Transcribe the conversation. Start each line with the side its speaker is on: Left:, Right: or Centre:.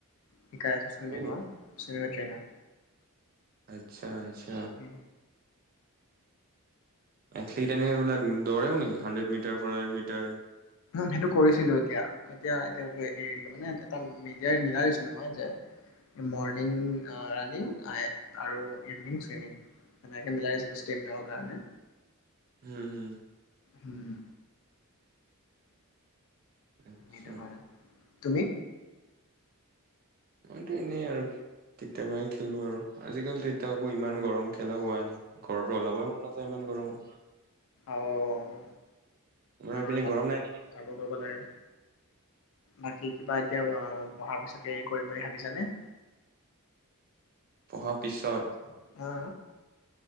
Left: শিকাই আছোঁ চুইমিংৰ।
Right: নেকি?
Left: Cinema trainer.
Right: আচ্ছা আছা।
Left: হুম।
Right: এথলিট এনে এইবিলাক দৌৰেও নেকি hundred metre four hundred metre.
Left: সেইটো কৰিছিলোঁ এতিয়া এতিয়া এ এৰি মানে এটা <unintelligible> মিলাই লৈছিলোঁ মই যে মৰ্ণিং ৰাণিং আৰু ইভিনিং চুইমিং সেনেকে মিলাই লৈছিলোঁ ষ্টেমিনাৰ কাৰণে।
Right: হু, হু।
Left: উম,
Right: আত্ছা।
Left: সেইটো কাৰণে তুমি?
Right: মইতো এনেই আৰু কেতিয়াবাই খেলো আৰু। আজিকালিতো এতিয়া আকৌ ইমান গৰম খেলা হোৱা নাই। ঘৰৰ পৰা ওলাবই মন নাযায় ইমান গৰমত।
Left: অ'।
Right: আপোনাৰ
Left: আৰু
Right: পিনে
Left: যাব
Right: গৰম নাই নেকি?
Left: যাব পাব লাগে। বাকী কিবা এতিয়া পঢ়াৰ পিছতে হেৰি কৰিম বুলি ভাবিছানে?
Right: পঢ়াৰ পিছত।
Left: হা।